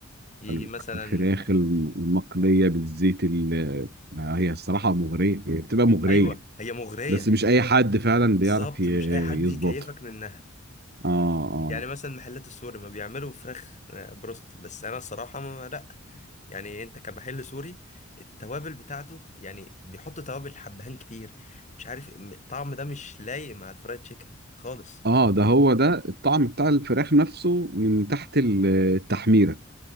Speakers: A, on the left; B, on the right.
A: يجي
B: ال-
A: مثلا
B: الفراخ الم- المقلية بالزيت ال- ما هي الصراحة مغرية هي بتبقى مغرية
A: ايوه هي مغريه
B: بس مش أي حد فعلا
A: بالظبط
B: بيعرف ي-
A: مش اي حد
B: يظبطها
A: يكيفك منها
B: اه اه
A: يعني مثلا محلات السوري ما بيعملوا فراخ آه، بروست بس انا الصراحه ما لا يعني انت كمحل سوري التوابل بتاعته يعني بيحط توابل حبهان كتير مش عارف الطعم ده مش لايق مع الفرايد تشيكن خالص
B: اه ده هو ده الطعم بتاع الفراخ نفسه من تحت ال- التحميرة